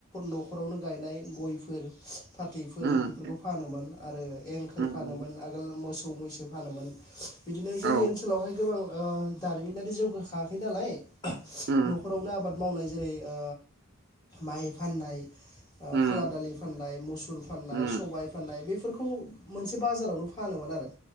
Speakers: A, on the left; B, on the right.
A: नखर न खरावनो गायनाय गयफोर फाथैफोर
B: उम
A: बेफोरखौ फानोमोन। आरो एंखोर
B: उम
A: फानोमोन
B: उम
A: आगोल मो सौ मैसो फानोमोन। बिदिनो जोंनि
B: औ
A: ओनसोलावहाय गोबां ओ दारिमिनारि जौगाखाङाखै नालाय
B: उम
A: नखरावनो आबाद मावनाय जेरै ओ माइ फाननाय ओ
B: उम
A: खाला दालि फाननाय, मुसुर फाननाय,
B: उम
A: सबाय फाननाय बे फोरखौ मोनसे बाजारावनो फानोमोन आरो।